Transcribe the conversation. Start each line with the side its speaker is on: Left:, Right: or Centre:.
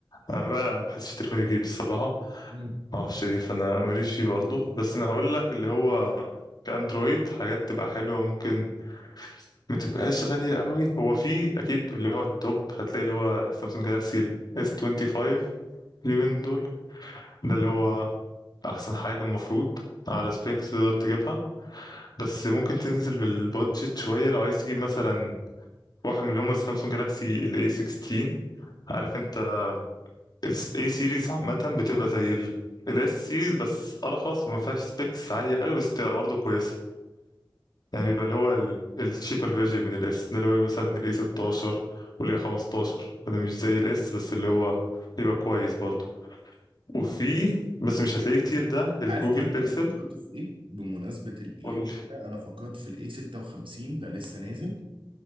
Left: أنا بقى لا انا ما بحسش تليفوني بجيب الصراحة
Right: مم.
Left: معرفش ليه فأنا ماليش فيه برضه بس أنا هقول لك اللي هو كأندرويد حاجات تبقى حلوة ممكن ما تبقاش غالية قوي هو في أكيد اللي هو التوب هتلاقي اللي هو سامسونج جالاكسي S25 اليومين دول ده اللي هو احسن حاجة المفروض على سبيكس تقدر تجيبها بس ممكن تنزل بالبادجت شوية لو عايز تجيب مثلا واحد من اللي هم السامسونج جالاكسي ال A16 عارف انت ال A series عامة بتبقى زي ال ال S series بس ارخص وما فيهاش سبيكس عالية قوي بس بتبقى برضه كويسة يعني بيبقى اللي هو ال الشيبر فيرجن من ال S ده اللي هو مثلا ال A16 وال A15 ده مش زي ال S بس اللي هو بيبقى كويس برضه وفي بس مش هتلاقيه كتير ده الجوجل
Right: عارف طيب
Left: بيكسل
Right: انا فكرت في ايه بمناسبه الايه
Left: قول
Right: وكده انا فكرت في الايه 56 ده لسه نازل